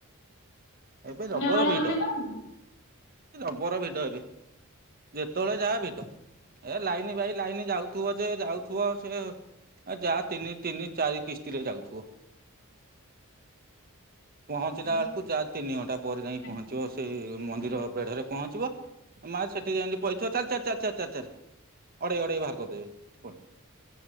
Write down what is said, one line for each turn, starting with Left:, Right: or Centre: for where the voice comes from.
Right: ଏବେ ଯବର
Left: ବେଳେ
Right: ଭିଡ।
Left: ଗଲେ ଯାଉନୁ?
Right: ଜବର ଭିଡ ଏବେ ଯେତେବେଳେ ଯାଆ ଭିଡ। ଏ ଲାଇନ ଭାଇ ଲାଇନ ଯାଉଥିବ ଯେ ଯାଉଥିବ ସେ ଆ ଯାହା ତିନି ତିନି ଚାରି କିସ୍ତିରେ ଯାଉଥିବ। ପହଞ୍ଚିଲା
Left: ମାନେ
Right: ବେଳକୁ ଯାହା ତିନି ଘଣ୍ଟା ପରେ ଯାଇ
Left: ଠାକୁରଙ୍କର
Right: ପହଞ୍ଚିବ ସେଇ
Left: ସ୍ଥାନ
Right: ମନ୍ଦିର ବେଢ଼ାରେ ପହଞ୍ଚିବ। ମା ସେଠି ଯେମି ପଇଥିବ୍ ଚାଲ ଚାର ଚ ଚାର ଚାର ଚାର। ଅଡେଇ ଅଡେଇ ବାହାର କରିଦେବେ ପୁଣି।